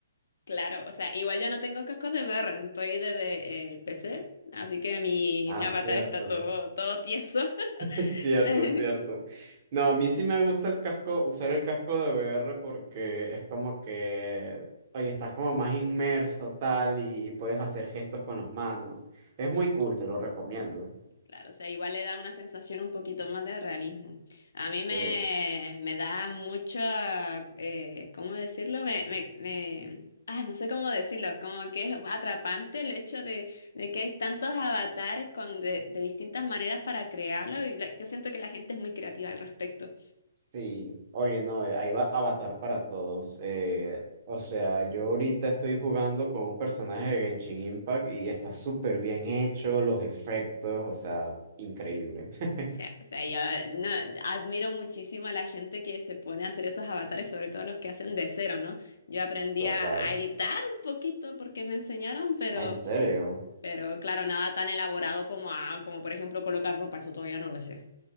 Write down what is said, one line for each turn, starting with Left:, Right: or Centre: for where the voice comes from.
Left: Claro, o sea, igual yo no tengo cascos de VR, estoy desde eh, el PC, así que mi,
Right: Ah,
Left: mi avatar
Right: cierto.
Left: está todo, todo tieso.
Right: Es cierto,
Left: <laughs>
Right: es cierto. No, a mí sí me gusta el casco, usar el casco de VR porque es como que, oye, estás como más inmerso, tal, y, y puedes hacer gestos con las manos. Es muy cool, te lo recomiendo.
Left: Claro, o sea, igual le da una sensación un poquito más de realismo. A mí
Right: Sí,
Left: me, me da mucho, eh, ¿cómo decirlo? Me, me, me- ah, no sé cómo decirlo, como que es atrapante el hecho de, de que hay tantos avatares con, de, de distintas maneras para crearlo y la- yo siento que la gente es muy creativa al respecto.
Right: sí. Oye, no, eh, ahí va Avatar para todos. Eh, o sea, yo ahorita estoy jugando con un personaje de Genshin Impact y está súper bien hecho, los efectos, o sea, increíble. <laughs>
Left: O sea, o sea, yo no, admiro muchísimo a la gente que se pone a hacer esos avatares, sobre todo los que hacen de cero, ¿no? Yo aprendí
Right: Total.
Left: a, a editar un poquito porque me enseñaron, pero,
Right: Ah, ¿En serio?
Left: pero claro, nada tan elaborado como, a- como por ejemplo colocar ropa, eso todavía no lo sé.